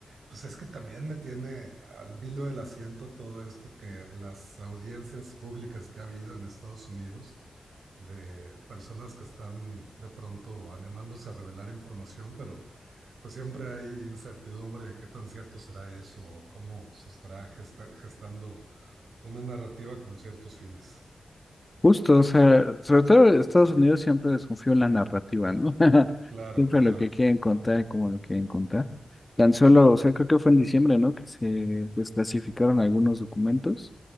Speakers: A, on the right (about 85°); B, on the left (about 20°).
A: pues es que también me tiene al vilo del asiento todo esto que las audiencias públicas que ha habido en Estados Unidos de personas que están de pronto animándose a revelar información, pero pues siempre hay incertidumbre de qué tan cierto será eso o cómo se estará gesta- gestando una narrativa con ciertos fines.
B: Justo, o sea, sobre todo Estados Unidos siempre desconfío en la narrativa, ¿no? <laughs>
A: Claro,
B: Siempre
A: ajá,
B: lo que quieren contar, como lo quieren contar. Tan solo, o sea, creo que fue en diciembre, ¿no? Que se desclasificaron algunos documentos